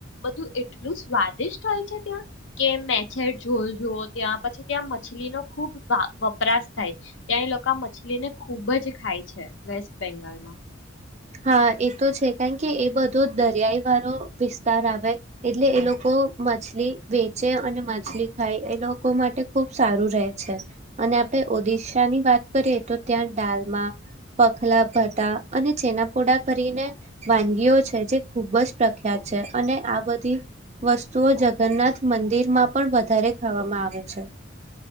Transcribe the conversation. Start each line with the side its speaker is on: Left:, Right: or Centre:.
Left: બધું એટલું સ્વાદિષ્ટ હોય છે ત્યાં કે મેર જોલ જો ત્યાં પછી ત્યાં મછલી નો ખુબ વપરાશ. થાય ત્યાં એ લોકો આ મછલી ને ખુબ જ ખાય છે વેસ્ટ બેંગાલમાં.
Right: હા એ તો છે કારણ કે એ બધો દરિયાઈ વાળો વિસ્તાર આવે એટલે એ લોકો મછલી વેચે અને માછલી ખાય એ લોકો માટે ખુબ સારું રહે છે અને આપડ ઓડિશાની વાત કરીએ તો ત્યાં ડાલમાં પખલા ભટા. અને ચેનાપોડા કરીને વાનગીઓ છે જે ખૂબ જ પ્રખ્યાત છે અને આ બધી વસ્તુઓ જગન્નાથ મંદિરમાં પણ વધારે ખાવામાં આવે છે.